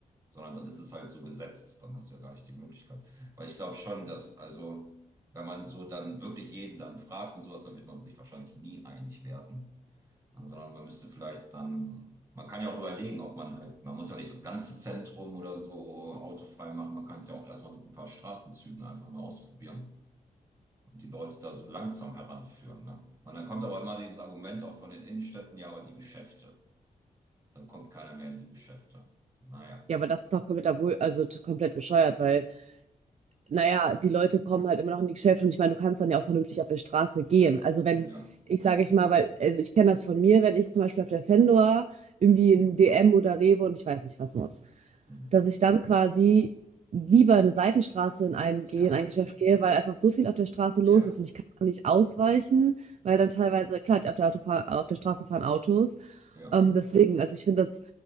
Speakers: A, on the right; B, on the right.
A: Sondern dann ist es halt so gesetzt, dann hast du ja gar nicht die Möglichkeit. Weil ich glaube schon, dass, also. Wenn man so dann wirklich jeden dann fragt und sowas, dann wird man sich wahrscheinlich nie einig werden. Ja, Sondern man müsste vielleicht dann, man kann ja auch überlegen, ob man halt, man muss ja nicht das ganze Zentrum oder so autofrei machen. Man kann es ja auch erstmal mit ein paar Straßenzügen einfach mal ausprobieren und die Leute da so langsam heranführen. Ne? Und dann kommt aber immer dieses Argument auch von den Innenstädten, ja, aber die Geschäfte. Dann kommt keiner mehr in die Geschäfte. Naja,
B: Ja, aber das ist doch komplett, abru- also t- komplett bescheuert, weil, naja, die Leute kommen halt immer noch in die Geschäfte und ich meine, du kannst dann ja auch vernünftig auf der Straße gehen. Also wenn,
A: ja,
B: ich sage ich mal, weil, also ich kenne das von mir, wenn ich zum Beispiel auf der Fendor irgendwie in DM oder Rewe und ich weiß nicht was muss.
A: hm.
B: dass ich dann quasi lieber eine Seitenstraße in einen gehe,
A: ja,
B: in ein Geschäft gehe, weil einfach so viel auf der Straße los
A: ja,
B: ist und ich kann nicht ausweichen, weil dann teilweise, klar, auf der, Autofahr auf der Straße fahren Autos.
A: ja.
B: Ähm, deswegen, also ich finde das,